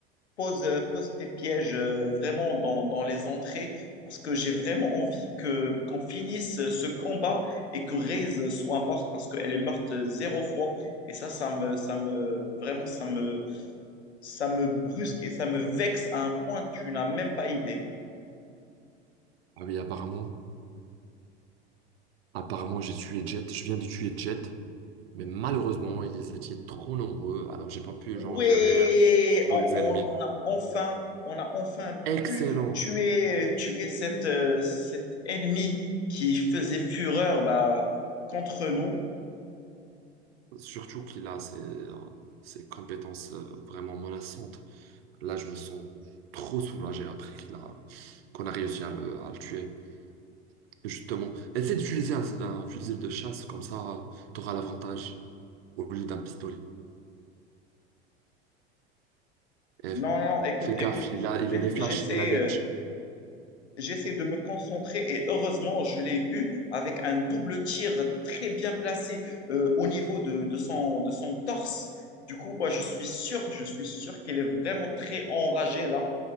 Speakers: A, on the left; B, on the right.
A: pose, euh, pose tes pièges euh, vraiment dans, dans les entrées parce que j'ai vraiment envie que qu'on finisse ce combat et que Reyes soit morte parce qu'elle est morte zéro fois. Et ça, ça me, ça me, vraiment, ça me, ça me brusque et ça me vexe à un point, tu n'as même pas idée.
B: ah oui, apparemment. Apparemment, j'ai tué Jet. Je viens de tuer Jet. Mais malheureusement, ils étaient trop nombreux, alors j'ai pas pu
A: Ouais,
B: genre gérer euh, tous
A: on,
B: les
A: on-
B: ennemis.
A: on a enfin, on a enfin
B: Excellent!
A: pu tuer, tuer cette, euh, cet ennemi qui faisait fureur bah, contre nous.
B: Surtout qu'il a ses, euh, ses compétences euh, vraiment menaçantes. Là, je me sens trop soulagé après qu'il a qu'on a réussi à le, à le tuer. Et justement, essaie d'utiliser un, un fusil de chasse, comme ça, tu auras l'avantage au lieu d'un pistolet. Et
A: Non, non, écoute,
B: fais gaffe,
A: écoute,
B: il a,
A: j'ai-
B: il a des flashs,
A: j'essaie,
B: il a des...
A: euh, j'essaie de me concentrer et heureusement, je l'ai eu avec un double tir très bien placé euh, au niveau de, de son, de son torse. Du coup, moi, je suis sûr, je suis sûr qu'elle est vraiment très enragée là.